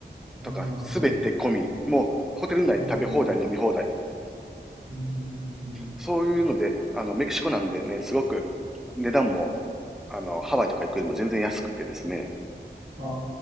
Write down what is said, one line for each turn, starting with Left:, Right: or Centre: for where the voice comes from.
Right: ああ、
Centre: とか、
Right: は
Centre: すべて込み、もう、ホテル内食べ放題、
Right: い、はい。
Centre: 飲み放題。
Right: うん、うん
Centre: そういうので、あの、メキシコなんでね、すごく値段も、あの、ハワイとか行くよりも全然安くてですね。
Right: あ